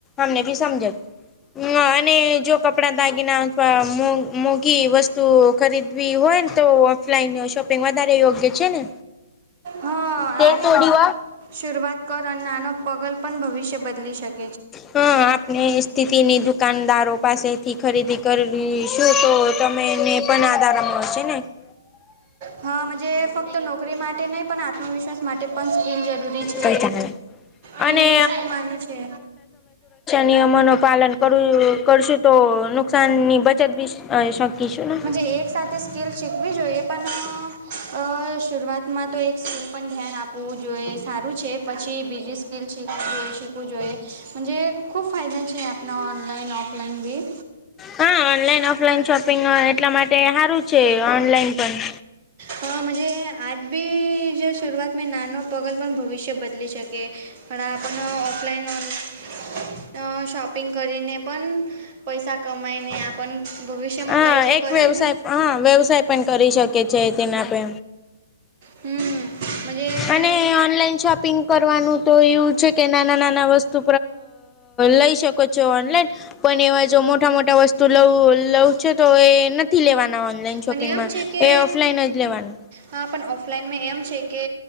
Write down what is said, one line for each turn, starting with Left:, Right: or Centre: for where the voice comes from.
Left: હમને ભી સમજાય. <unintelligible> હ અને જો કપડા, દાગીના અથ મો મોઘી વસ્તુઓ ખરીદવી હોય ને તો ઓફલાઈન શોપિંગ વધારે યોગ્ય છે ને?
Right: હં આજ
Left: તો થોડી
Right: બી
Left: વાર
Right: શરૂઆત કર અને નાનો પગલ પણ ભવિષ્ય બદલી શક
Left: હ આપને સ્થિતિની દુકાનદારો પાસેથી ખરીદી કરીશું તો તમેને કોને આધારમાં હો છે ને <unintelligible>
Right: હા મજે ફક્ત નોકરી માટે નહી પણ આત્મવિશ્વાસ માટે પણ સ્કીલ જરૂરી છે.
Left: કઈ ચાલે
Right: તું
Left: અને
Right: શું માની છે?
Left: નિયમો નું પાલન કર કરશું તો નુકસાન ની બચત બી શકીશું ને?
Right: તે એક સાથે સ્કીલ શીખવી જોઈએ પણ અ શરૂઆતમાં તો એક શું પણ ધ્યાન આપવું જોઈએ સારું છે પછી બીજી સ્કેલ છે તે શિકવુ જોઈએ મન જે ખૂબ ફાયદા છે આપણા ઓનલાઈન ઓફલાઈન બી.
Left: હા ઓનલાઈન ઓફલાઈન શોપિંગ એટલા માટે સારું છે ઓનલાઈન પણ
Right: હ આજ બી જો શરૂઆત મે નાનો પગલ પણ ભવિષ્ય બદલી શકે પણણા આપણ ઓફલાઇન ઓનલાઇન શોપિંગ કરીને પણ પૈસા કમાઈને આપણ ભવિષ્યમાં
Left: હા
Right: કંઈ તો
Left: એક
Right: કરીને
Left: વ્યવસાય હા વ્યવસાય પણ કરી શકે છે તેને આપે
Right: હ મજે
Left: અને ઓનલાઈન શોપિંગ કરવાનું તો એવું છે કે નાના નાના વસ્તુ લઈ શક ઓનલાઈન પણ એવા જો મોટા મોટા વસ્તુ તું લવ લઉં છે તો એ નથી લેવાના ઓનલાઈન શોપિંગમાં
Right: પણ એમ છે કે
Left: એ ઓફલાઈન જ લેવાનું
Right: હા પણ ઓફલાઈનમાં એમ છે કે